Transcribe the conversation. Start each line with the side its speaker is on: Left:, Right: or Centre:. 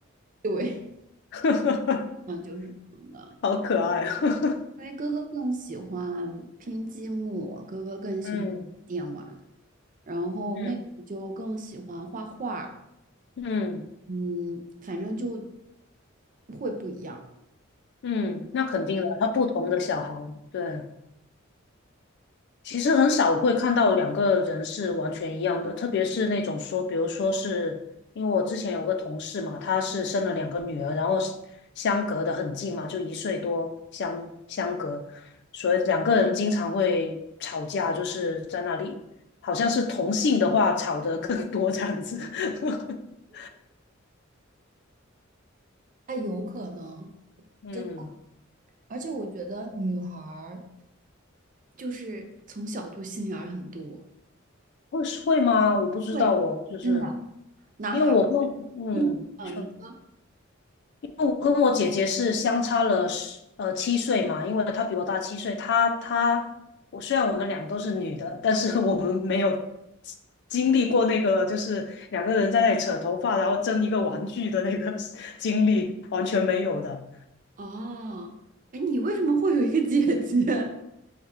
Right: 对，
Left: <laughs>
Right: <laughs> 嗯，就是这样的。
Left: 好可爱啊。<laughs>
Right: 因为哥哥更喜欢拼积木，哥哥更喜欢电玩，
Left: 嗯
Right: 然后妹妹就更喜欢画画儿
Left: 嗯嗯
Right: 嗯，反正就会不一样。
Left: 嗯，那肯定的，他不同的小孩，对。其实很少会看到两个人是完全一样的，特别是那种说，比如说是因为我之前有个同事嘛，她是生了两个女儿，然后是相隔的很近嘛，就一岁多相相隔，所以两个人经常会吵架，就是在那里，好像是同性的话吵得更多这样子。<laughs>
Right: 哎，有可能，
Left: 嗯，
Right: 真的，而且我觉得女孩儿就是从小就心眼儿很多，
Left: 会会吗？我不知道哦，
Right: 会，
Left: 我就是
Right: 真的。男孩儿
Left: 因为我不，
Right: <laughs>
Left: 嗯。
Right: 一啊，
Left: 说。
Right: 你说
Left: 我跟我姐姐是相差了十呃七岁嘛，因为她比我大七岁。她她我虽然我们俩都是女的，但是我们没有经历过那个就是两个人在那里扯头发，然后争一个玩具的那个 <laughs> 经历，完全没有的。
Right: 啊，哎，你为什么会有一个姐姐？